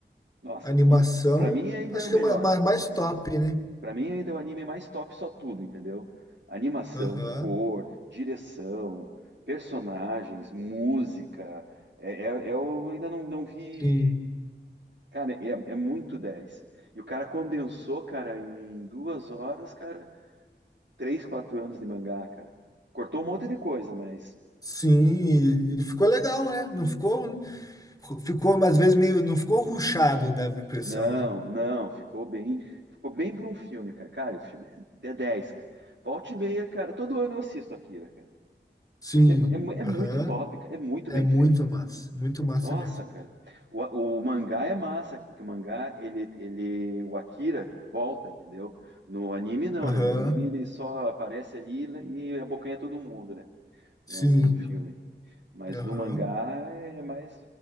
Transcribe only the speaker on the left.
A animação,
acho
que é uma, uma
mais top, né?
Aham.
Sim.
Sim, e, e ficou legal, né? Não ficou, ficou às vezes meio, não ficou ruchado, dava a impressão,
né?
Sim,
aham,
É
muito
massa, muito massa
mesmo.
Aham,
Sim,
aham.